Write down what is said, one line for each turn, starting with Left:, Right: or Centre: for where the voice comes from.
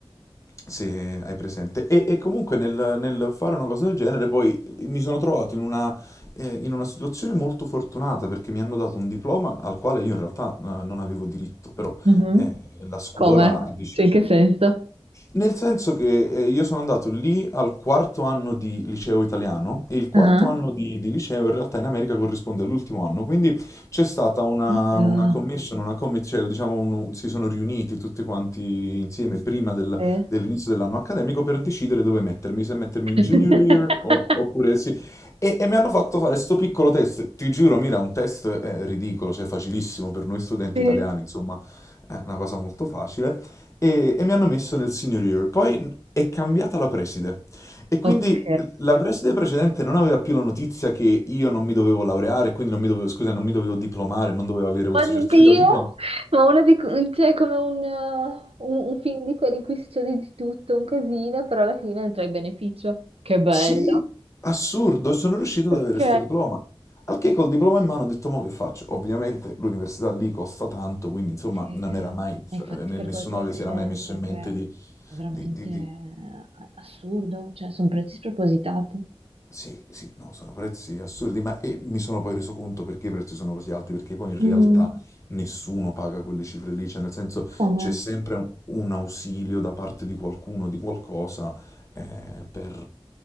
Left: se hai presente. E, e comunque nel, nel fare una cosa del genere poi mi sono trovato in una, eh, in una situazione molto fortunata perché mi hanno dato un diploma al quale io in realtà eh, non avevo diritto, però
Right: Mhm.
Left: eh, la scuola
Right: Come?
Left: ha deciso.
Right: Cioè, in che senso?
Left: Nel senso che eh, io sono andato lì al quarto anno di liceo italiano e il quarto
Right: Ah,
Left: anno di, di liceo in realtà in America corrisponde all'ultimo anno, quindi c'è stata una,
Right: Io.
Left: una commission, una commi- cioè, diciamo, un- si sono riuniti tutti quanti insieme prima del-
Right: sì.
Left: dell'inizio dell'anno accademico per decidere dove mettermi, se mettermi
Right: <laughs>
Left: in junior year o- oppure sì. E, e mi hanno fatto fare sto piccolo test, ti giuro, mira, un test eh, ridicolo, cioè facilissimo per noi studenti
Right: Sì.
Left: italiani, insomma, è una cosa molto facile. E, e mi hanno messo nel senior year. Poi è cambiata la preside e quindi
Right: Ok.
Left: la preside precedente non aveva più la notizia che io non mi dovevo laureare, quindi non mi dovevo, scusa, non mi dovevo diplomare, non dovevo avere questo
Right: Oddio,
Left: certificato di diploma.
Right: ma una di, cioè, è come un, uh, un- un film di quelli in cui succede di tutto, un casino, però alla fine ne trai beneficio. Che bello.
Left: Sì, assurdo, sono riuscito
Right: Ok.
Left: ad avere questo diploma. Al che col diploma in mano ho detto, ma che faccio? Ovviamente l'università lì costa tanto, quindi insomma
Right: Sì,
Left: non
Right: ma
Left: era mai,
Right: infatti
Left: eh, nessuno
Right: per quello te lo
Left: ave-
Right: chiedevo,
Left: si era mai messo
Right: perché
Left: in mente di,
Right: è veramente
Left: di, di- di-
Right: eh, assurdo, cioè sono prezzi spropositati.
Left: Sì, sì, no, sono prezzi assurdi, ma e mi sono poi reso conto perché i prezzi sono così alti, perché poi in
Right: Mm.
Left: realtà nessuno paga quelle cifre lì, cioè nel senso
Right: Come?
Left: c'è sempre un, un ausilio da parte di qualcuno, di qualcosa, eh, per,